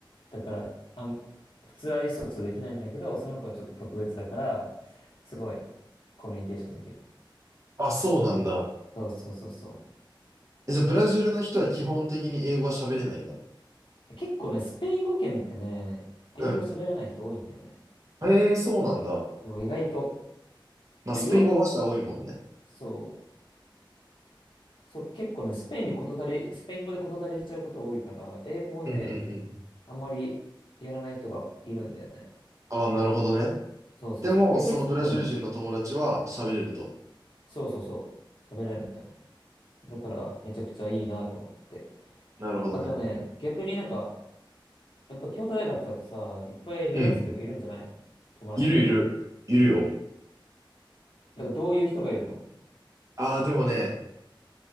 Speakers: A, on the left (about 75°); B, on the right (about 35°).
A: だから、あん、普通は意思疎通できないんだけど、その子はちょっと特別だから、すごいコミュニケーションできる。
B: あ、そうなんだ。
A: そうそうそうそ
B: え、じゃあブラジルの人は基本的に英語は喋れないんだ。
A: う。結構ね、スペイン語圏ってね、英語喋れない人多いんだよね。
B: うん。ええそうなんだ。
A: そう意外と。
B: まあ、
A: ヨーロッパ、
B: スペイン語話者多いもんね。
A: そう、そう、結構ね、スペインで事足り、スペイン語で事足りちゃうこと多いから、英語をね、
B: うんうんうん。
A: あんまりやらない人がいるんだよね。
B: ああ、なるほどね。
A: そうそうそう。
B: でも、
A: 逆に、
B: そのブラジル人の友達は喋れると。
A: うん、そうそうそう。喋れるんだよ。だから、めちゃくちゃいいなと思って。
B: なるほどね。
A: あとね、逆になんか、やっぱ京都大学だとさ、いっぱい留学生とかいるんじゃないの友達で。
B: うん。いるいる。いるよ。
A: なんかどういう人がいるの
B: ああ、でもね、